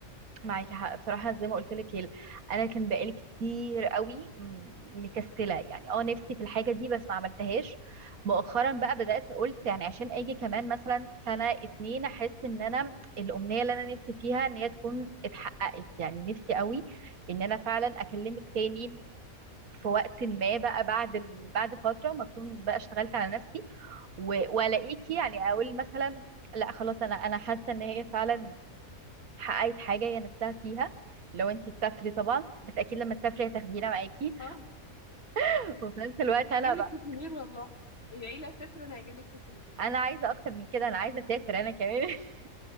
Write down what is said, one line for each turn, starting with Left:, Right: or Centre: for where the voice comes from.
Right: معاكي حق بصراحه زي ما قلت لك انا كان بقالي كتير قوي م- مكسله يعني اه نفسي في الحاجه دي بس ما عملتهاش مؤخرا بقى بدات قلت يعني عشان اجي كمان مثلا سنه اتنين احس ان انا الامنيه اللي انا نفسي فيها ان هي تكون اتحققت يعني نفسي قوي ان انا فعلا اكلمك تاني في وقت ما بقى بعد ال... بعد فترة ما اكون بقى اشتغلت على نفسي و... والاقيكي يعني اقول مثلا لا خلاص انا انا حاسة ان هي فعلا حققت حاجة هي نفسها فيها لو انتي تسافري طبعا بس اكيد لما تسافري هتاخدينا معاكي
Left: اه
Right: <laughs> وفي نفس الوقت
Left: هجيب
Right: انا
Left: لك
Right: بقى
Left: سوفينير والله العيله صفر وانا هجيب لك سوفينير
Right: انا عايزة اكتر من كده انا عايزة اسافر انا كمان <laughs>